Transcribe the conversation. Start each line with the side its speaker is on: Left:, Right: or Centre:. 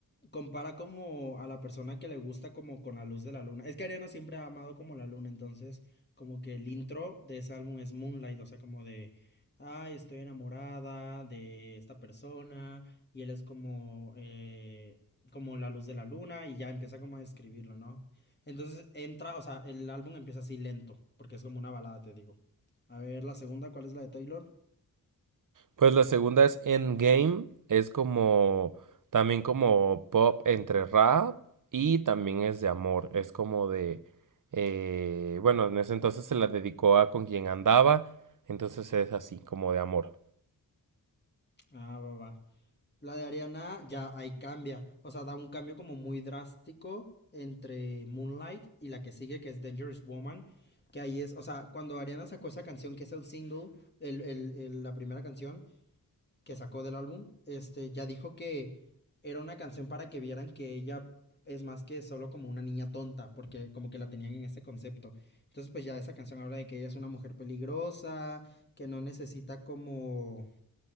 Left: compara como a la persona que le gusta como con la luz de la luna. Es que Arena siempre ha amado como la luna, entonces como que el intro de ese álbum es Moonlight, o sea, como de, ay, estoy enamorada de esta persona y él es como, eh, como la luz de la luna y ya empieza como a describirlo, ¿no? Entonces entra, o sea, el álbum empieza así lento, porque es como una balada, te digo. A ver, la segunda, ¿cuál es la de Taylor?
Right: Pues la segunda es Endgame, es como también como pop entre rap y también es de amor, es como de eh, bueno, en ese entonces se la dedicó a con quien andaba, entonces es así como de amor.
Left: Ah, va, va. La de Ariana ya ahí cambia, o sea, da un cambio como muy drástico entre Moonlight y la que sigue, que es Dangerous Woman, que ahí es, o sea, cuando Ariana sacó esa canción, que es el single, el, el- el- la primera canción que sacó del álbum, este, ya dijo que era una canción para que vieran que ella es más que solo como una niña tonta, porque como que la tenían en ese concepto. Entonces, pues ya esa canción habla de que ella es una mujer peligrosa, que no necesita como